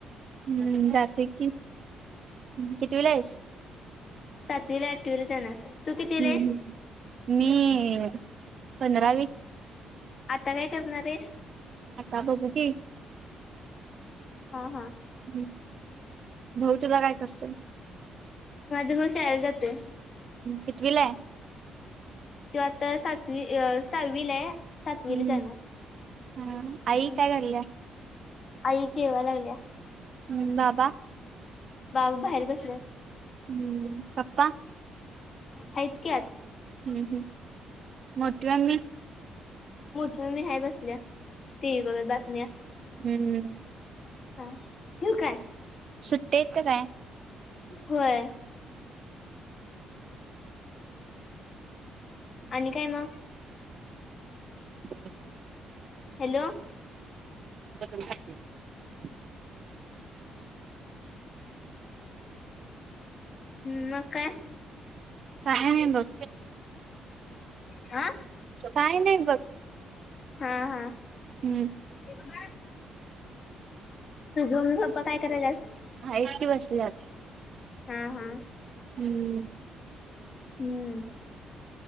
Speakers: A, on the right; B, on the left.
A: हम्म जातोय की. ह कितीवीला आहेस?
B: सातवीला आठवीला जाणार. तू कितीला
A: हम्म
B: आहेस
A: हम्म मी पंधरावी.
B: आता काय करणार आहेस?
A: आता बघु की.
B: हा हा.
A: हम्म भाऊ तुझा काय करतोय?
B: माझा भाऊ शाळेला जातोय.
A: कितवीला हाय?
B: तो आता सातवी सहावी ला हाय. सातवीला
A: हम्म.
B: जाणार
A: हा आई
B: ह्.
A: काय कराल्या?
B: आई जेवाय लागलीया.
A: हम्म बाबा
B: बाबा बाहेर बसल्यात.
A: हम्म पपा?
B: हाइत कि आत.
A: हम्म हम् मोठी म्ममी?
B: मोठी मम्मी हाय बसल्या. टिव्ही बघत बातम्या.
A: हम्म हम्म.
B: हा ठेवु काय.
A: सुट्टी आहेत का काय?
B: व्हय. आणि काय म
A: <inaudible>
B: हॅलो.
A: <unintelligible>
B: हम् मग काय?
A: हाय हाय बघ.
B: हा
A: काय नाही. बघ.
B: हा हा.
A: हम्म
B: तुझं मम्मी पप्पा काय कराल्यात?
A: आहात की बसल्या.
B: हा हा.
A: हम्म.
B: हम्म.